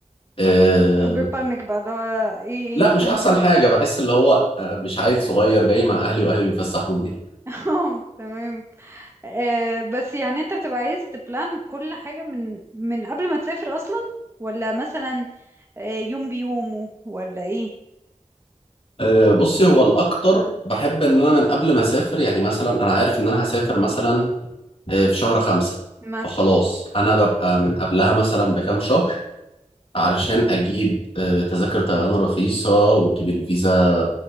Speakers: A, on the left; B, on the right.
A: اه...
B: ببانك بقى اللي هو ايه
A: لا
B: ايه
A: مش
B: <laughs> هن-
A: احسن حاجة بحس اللي هو آه، مش عيل صغير جاي مع اهلي واهلي بيفسحوني
B: <laughs> اه تمام آه، بس يعني انت بتبقى عايز تبلان كل حاجة من من قبل ما تسافر اصلا ولا مثلا آه، يوم بيومه ولا ايه
A: أه، بصي هو الأكتر بحب إن أنا من قبل ما أسافر يعني مثلا أنا عارف إن أنا هسافر مثلا أه، في شهر خمسة
B: مثلا
A: فخلاص أنا ببقى من قبلها مثلا بكام شهر علشان أجيب أه، تذاكر طيران رخيصة وأجيب الفيزا ب-